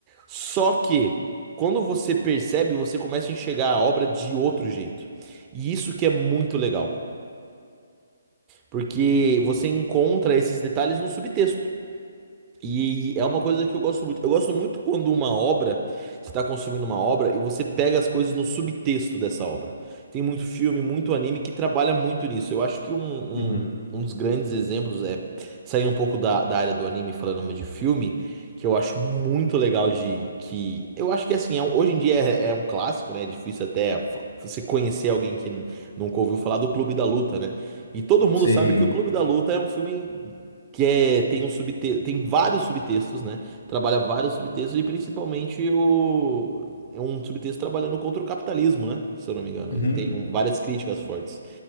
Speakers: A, on the right (about 20°); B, on the left (about 60°).
A: Só que, quando você percebe, você começa a enxergar a obra de outro jeito. E isso que é muito legal, porque você encontra esses detalhes no subtexto. E é uma coisa que eu gosto muito. Eu gosto muito quando uma obra, você está consumindo uma obra e você pega as coisas no subtexto dessa obra. Tem muito filme, muito anime que trabalha muito nisso. Eu acho que um,
B: uhum.
A: um, um dos grandes exemplos é saindo um pouco da, da área do anime, e falando de filme, que eu acho muito legal de que eu acho que assim, é um- hoje em dia é, é um clássico, né? É difícil até fa- você conhecer alguém que n- nunca ouviu falar do Clube da Luta, né? E todo mundo
B: Sim.
A: sabe que o Clube da Luta é um filme que é, tem um subte, tem vários subtextos, né? Trabalha vários subtextos e principalmente o é um subtexto trabalhando contra o capitalismo, né? Se eu não me engano,
B: Uhum.
A: ele tem um- várias críticas fortes.